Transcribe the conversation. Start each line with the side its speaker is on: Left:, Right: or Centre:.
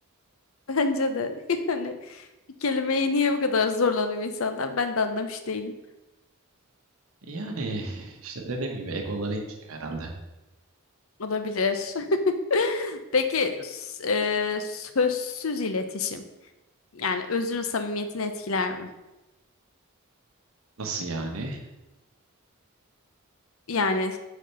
Left: Bence de. <laughs> Yani bir kelimeyi niye bu kadar zorlanıyor insanlar? Ben de anlamış değilim.
Right: Yani işte dediğim gibi egoları inciniyor herhalde.
Left: Olabilir. <laughs> Peki s- e, sözsüz iletişim. Yani özrün samimiyetini etkiler mi?
Right: Nasıl yani?
Left: Yani